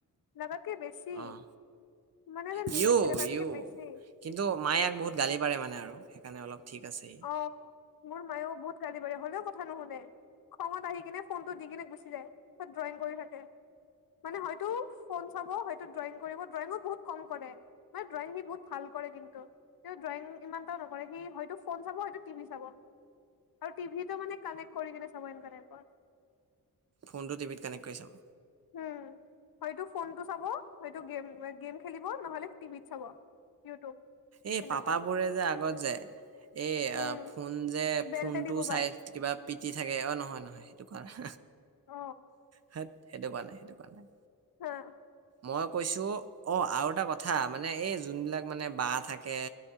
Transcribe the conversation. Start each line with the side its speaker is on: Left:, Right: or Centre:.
Left: লগাতকে বেছি
Right: অ
Left: মানে যে
Right: ইউ
Left: লিমিট থাকে তাতকে
Right: ইউ
Left: বছি।
Right: কিন্তু মায়ে ইয়াক বহুত গালি পাৰে মানে আৰু সেইকাৰণে অলপ ঠিক আছে সি।
Left: অঁ মোৰ মায়েও বহুত কালি পাৰে হ'লেও কথা নুশুনে। খঙত আহি কিনে ফোনটো দি কিনে গুছি যায় পিছত ড্ৰয়িং কৰি থাকে। মানে হয়তো ফোন চাব হয়তো ড্ৰয়িং কৰিব ড্ৰয়িঙো বহুত কম কৰে। মানে ড্ৰয়িং সি বহুত ভাল কৰে কিন্তু তেওঁ ড্ৰয়িং ইমানটা নকৰে সি হয়তো। ফোন চাব হয়তো টিভি চাব আৰু টিভিটো মানে কানেক্ট কৰিকিনে চাব সেনেকুৱা টাইপৰ।
Right: ফোনটো টভিত কানেক্ট কৰি চাব।
Left: উমঁ হয়টো ফোনটো চাব হয়তো গেম গেম খেলিব নহ'লে - টিভিত চাব ইউটিউব।
Right: এই
Left: সেনেকা
Right: পাপাবোৰে যে আগত যে এই
Left: উম
Right: ফোন যে
Left: বেলতেদি
Right: ফোনটো
Left: কোবাই
Right: চাই। কিবা পিটি থাকে অঁ নহয় নহয় সেইটো কোৱা নাই।
Left: অ
Right: সেইট সেইটো কোৱা নাই, সেইটো কোৱা নাই।
Left: অঁ।
Right: মই কৈছোঁ অ আৰু এটা কথা মানে এই যোনবিলাক মানে বা থাকে।